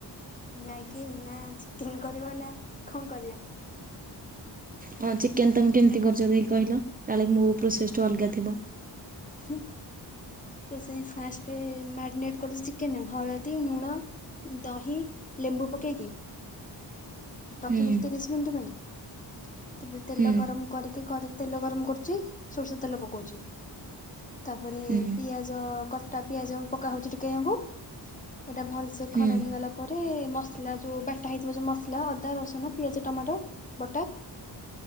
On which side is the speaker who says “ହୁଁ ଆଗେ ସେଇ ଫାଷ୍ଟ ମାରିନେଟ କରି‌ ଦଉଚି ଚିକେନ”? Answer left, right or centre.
Left